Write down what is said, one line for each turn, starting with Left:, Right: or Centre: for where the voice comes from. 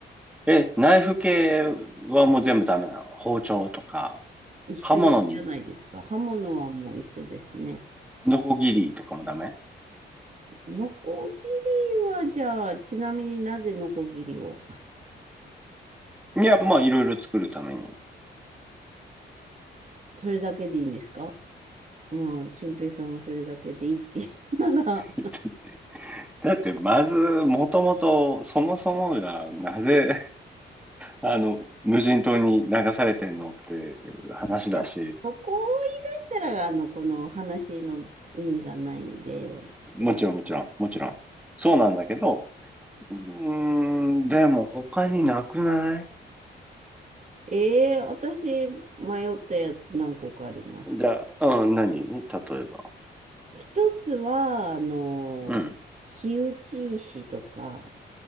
Centre: え、ナイフ系はもう全部ダメなの包丁とか、
Right: 一緒じゃないですか。
Centre: 刃物に、
Right: 刃物はもう一緒ですね。
Centre: ノコギリとかもダメ
Right: ノコギリは、じゃあ、ちなみになぜノコギリを
Centre: いや、まあ、いろいろ作るために。
Right: それだけでいいんですかうん、俊平さんがそれだけでいいって言うなら
Centre: <laughs> だって、まず、もともと、そもそもが、なぜ、あの、無人島に流されてんのっていう話だし、
Right: いや、そこを言い出したら、あの、この話の意味がないんで、それはもう、
Centre: もちろん、もちろん、もちろん。
Right: うん
Centre: そうなんだけど、うーん、でも他になくない
Right: ええ私、迷ったやつ何個かあります。
Centre: じゃあ、うん、何例えば。
Right: 一つは、あの、
Centre: うん。
Right: 火打ち石とか、